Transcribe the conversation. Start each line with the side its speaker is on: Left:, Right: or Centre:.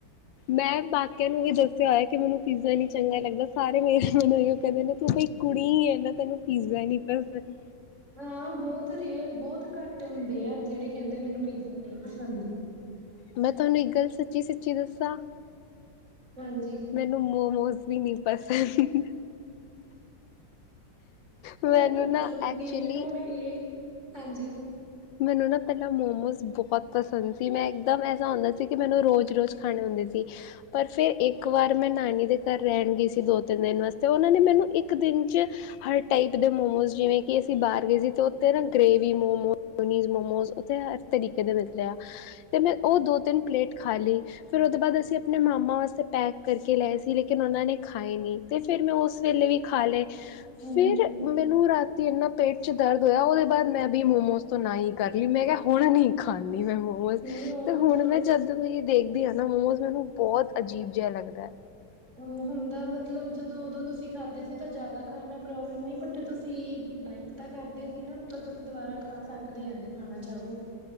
Left: ਮੈਂ ਬਾਕੀਆਂ ਨੂੰ ਵੀ ਦੱਸਿਆ ਹੋਇਆ ਕਿ ਮੈਨੂੰ ਪੀਜ਼ਾ ਨੀ ਚੰਗਾ ਲੱਗਦਾ ਸਾਰੇ ਮੇਰੇ ਮੈਨੂੰ ਇਹੀ ਕਹਿੰਦੇ ਨੇ ਤੂੰ ਕੋਈ ਕੁੜੀ ਐ ਤੈਨੂੰ ਪੀਜ਼ਾ ਨੀ ਪਸੰਦ
Right: ਹਾਂ ਬਹੁਤ ਰੇਅਰ ਬਹੁਤ ਘੱਟ ਹੁੰਦੇ ਆ ਜਿਹੜੇ ਕਹਿੰਦੇ ਮੈਨੂੰ ਪੀਜ਼ਾ ਨਹੀਂ ਪਸੰਦ
Left: ਮੈਂ ਤੈਨੂੰ ਇੱਕ ਗੱਲ ਸੱਚੀ-ਸੱਚੀ ਦੱਸਾਂ।
Right: ਹਾਂਜੀ
Left: ਮੈਨੂੰ ਮੋਮੋਸ ਵੀ ਨੀ ਪਸੰਦ
Right: ਤੇ
Left: ਮੈਨੂੰ
Right: ਤੁਹਾਨੂੰ
Left: ਨਾ
Right: ਪਸੰਦ
Left: ਐਕਚੁਲੀ
Right: ਕੀ ਹਨ ਹੁਣ ਇਹ ਹਾਂਜੀ
Left: ਮੈਨੂੰ ਨਾ ਪਹਿਲਾਂ ਮੋਮੋਸ ਬਹੁਤ ਪਸੰਦ ਸੀ ਮੈਂ ਇੱਕਦਮ ਐਸਾ ਹੁੰਦਾ ਸੀ ਕਿ ਮੈਨੂੰ ਰੋਜ਼-ਰੋਜ਼ ਖਾਣੇ ਹੁੰਦੇ ਸੀ ਪਰ ਫੇਰ ਇੱਕ ਵਾਰ ਮੈਂ ਨਾਨੀ ਦੇ ਘਰ ਰਹਿਣ ਗਈ ਸੀ, ਦੋ ਤਿੰਨ ਦਿਨ ਵਾਸਤੇ ਉਹਨਾਂ ਨੇ ਮੈਨੂੰ ਇੱਕ ਦਿਨ 'ਚ ਹਰ ਟਾਈਪ ਦੇ ਮੋਮੋਜ਼ ਜਿਵੇਂ ਕਿ ਅਸੀਂ ਬਾਹਰ ਗਏ ਸੀ ਤੇ ਉੱਥੇ ਨਾ ਗ੍ਰੇਵੀ ਮੋਮੋ ਨੀਜ਼ ਮੋਮੋਸ ਉੱਥੇ ਹਰ ਤਰੀਕੇ ਦੇ ਮਿਲਦੇ ਆ ਤੇ ਮੈਂ ਉਹ ਦੋ ਤਿੰਨ ਪਲੇਟ ਖਾ ਲਈ ਫਿਰ ਉਹਦੇ ਬਾਅਦ ਅਸੀਂ ਆਪਣੇ ਮਾਮਾ ਵਾਸਤੇ ਪੈਕ ਕਰਕੇ ਲਏ ਸੀ ਲੇਕਿਨ ਉਹਨਾਂ ਨੇ ਖਾਏ ਨੀ ਤੇ ਫਿਰ ਮੈਂ ਉਸ ਵੇਲੇ ਵੀ ਖਾ ਲਏ
Right: ਹਮ
Left: ਫੇਰ ਮੈਨੂੰ ਰਾਤੀ ਇੰਨਾ ਪੇਟ ਚ ਦਰਦ ਹੋਇਆ ਉਹਦੇ ਬਾਅਦ ਮੈਂ ਵੀ ਮੋਮੋਸ ਨਾ ਹੀ ਕਰ ਲਈ ਮੈਂ ਕਿਹਾ ਹੁਣ ਨਹੀਂ ਖਾਂਦੀ ਮੈਂ ਮੋਮੋਸ
Right: ਨਹੀਂ ਉਹ
Left: ਤੇ
Right: ਤਾਂ
Left: ਹੁਣ
Right: ਚਲੋ
Left: ਮੈਂ ਜਦ ਜਦੋਂ ਦੇਖਦੀ ਹਾਂ ਨਾ ਮੋਮੋਜ਼ ਮੈਨੂੰ ਬਹੁਤ ਅਜੀਬ ਜਿਹਾ ਲੱਗਦਾ ਏ
Right: ਹਮ ਹੁੰਦਾ ਮਤਲਬ ਜਦੋਂ ਉਦੋਂ ਤੁਸੀਂ ਖਾਦੇ ਸੀ ਤਾਂ ਜਿਆਦਾ ਖਾਣ ਨਾਲ ਪ੍ਰੋਬਲਮ ਹੋਈ ਬਟ ਤੁਸੀਂ ਲਾਈਕ ਤਾਂ ਕਰਦੇ ਸੀ ਨਾ ਮਤਲਬ ਤੁਸੀਂ ਦੁਬਾਰਾ ਖਾ ਸਕਦੇ ਆ ਜੇ ਖਾਣਾ ਚਾਹਵੋ